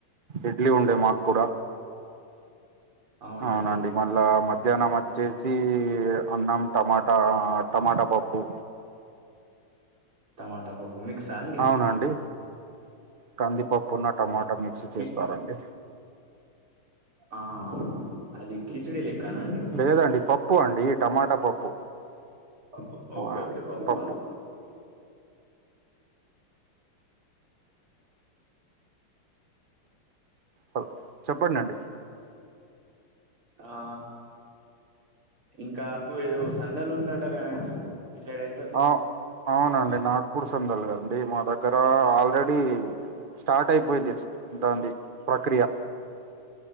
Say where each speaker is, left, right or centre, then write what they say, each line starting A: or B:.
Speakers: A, on the right; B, on the right.
A: ఇడ్లీ ఉండే మా కూడా
B: అవునా
A: అవునండి
B: అండి.
A: మళ్ళా మధ్యాహ్నం వచ్చేసి అన్నం టమాటా ఆ టమాటా పప్పు
B: టమాటా పప్పు మిక్స్ అండి
A: హా అండి కందిపప్పు ను టమాటా
B: ఆ!
A: మిక్స్
B: కి
A: చేస్తారండి
B: ఆ అది కిచిడి లెక్క నండి
A: లేదండి పప్పు అండి టమాటా పప్పు
B: పప్పు ఓకే.
A: ఆ
B: ఓకే. పప్పా?
A: పప్పు హా చెప్పండండి
B: ఆ ఇంకా ఆకు ఏదో సందలు ఉందంటకదండీ మీ సైడ్ అ
A: అవ్ అవునండి నాగపూర్ సందలగా మా దగ్గర ఆల్ ఉ స్టార్ట్ అయిపోయిద్ది దాన్దీ ప్రక్రియ